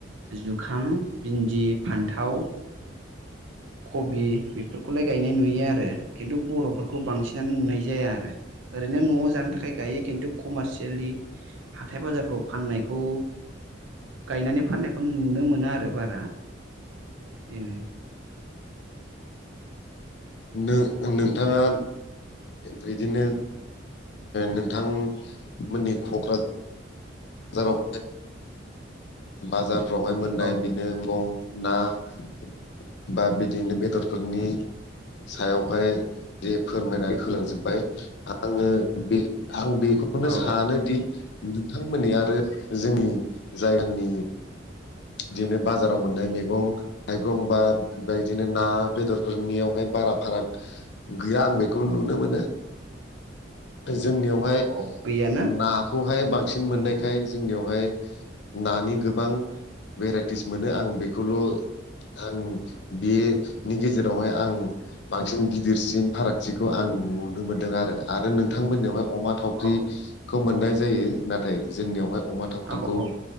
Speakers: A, on the right; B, on the left.
A: जुखाम भिन्दि फान्थाव कबि बेफोरखौलाय गायनाय नुयो आरो खिन्थु बर'फोरखौ बांसिनानो नुनाय जाया आरो। ओरैनो न'आव जानो थाखाय गायो खिन्थु कमारसियेलि हाथाय बाजारफ्राव फाननायखौ गायनानै फाननायखौ नुनो मोना आरो बारा बेनो।
B: नो नोंथाङा बिदिनो नोंथां मोननि क'क्राझार जाराव बाजारफ्रावहाय मोननाय
A: औ
B: बिनोदिनो <unintelligible> दख बा बिदिनो बेदरफोरनि सायावहाय बे फोरमायनानै होलांजोबबाय। आङो बे आं बेखौनो
A: औ
B: सानोदि नोंथां मोननि आरो जोंनि जायगानि बिदिनो बाजाराव मोननाय मैगं थाइगं बा बेबायदिनो ना बेदरफोरनियावहाय बारा फाराग गैया आं बेखौ नुनो मोनो। जोंनियावहाय
A: औ गैयाना
B: नाखौहाय बांसिन मोननायखाय
A: औ
B: जोंनियावहाय नानि गोबां भेराइटिस मोनो आं बेखौलबो ओ आं बेनि गेजेरावहाय आं बांसिन गिदिरसिन फारागथिखौ आं नुनो मोन्दों आरो नोंथांमोननियावहाय अमा थावख्रिखौ
A: औ
B: मोननाय जायो नाथाय जोंनियावहाय अमा थावख्रिखौ।
A: औ औ